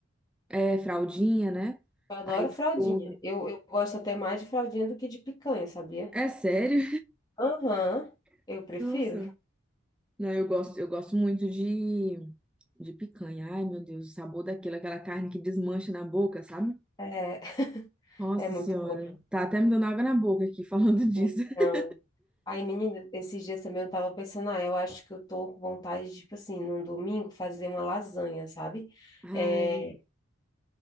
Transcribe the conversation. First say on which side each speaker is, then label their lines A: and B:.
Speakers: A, in the centre; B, on the left (about 20°).
A: É, fraldinha, né?
B: Eu adoro
A: Aí, tipo,
B: fraldinha. Eu, eu gosto até mais de fraldinha do que de picanha, sabia?
A: é sério?
B: Aham,
A: <laughs>
B: eu prefiro.
A: Nossa. Não, eu gosto, eu gosto muito de, de picanha. Ai, meu Deus, o sabor daquilo, aquela carne que desmancha na boca, sabe?
B: É, <laughs>
A: Nossa
B: é muito
A: Senhora.
B: bom.
A: Tá até me dando água na boca aqui falando disso.
B: Então,
A: <laughs>
B: aí, menina, esses dias também eu tava pensando, ah, eu acho que eu tô com vontade, de, tipo assim, num domingo fazer uma lasanha, sabe?
A: Ai,
B: É,